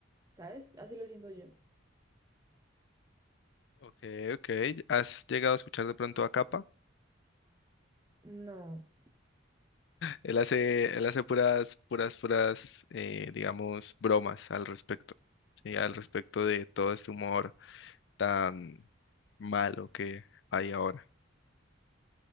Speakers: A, on the right; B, on the left.
A: ¿sabes? Así lo siento yo.
B: Ok, ok, ¿has llegado a escuchar de pronto a Capa?
A: No.
B: Él hace, él hace puras, puras, puras, eh, digamos, bromas al respecto, ¿sí? Al respecto de todo este humor tan malo que hay ahora.